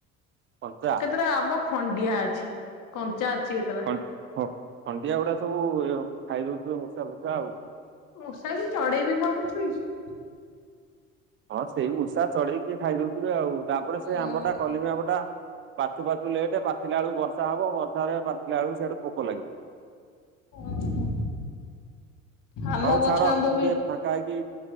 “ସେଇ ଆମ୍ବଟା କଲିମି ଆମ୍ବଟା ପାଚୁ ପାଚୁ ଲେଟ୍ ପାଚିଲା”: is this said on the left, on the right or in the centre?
Right